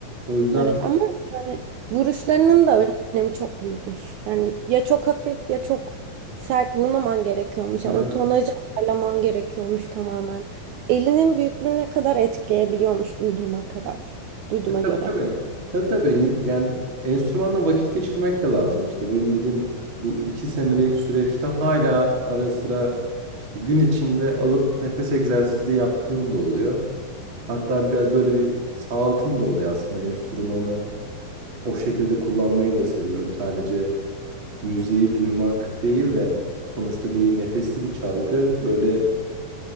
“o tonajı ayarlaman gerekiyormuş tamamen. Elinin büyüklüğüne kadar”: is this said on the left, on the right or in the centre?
Right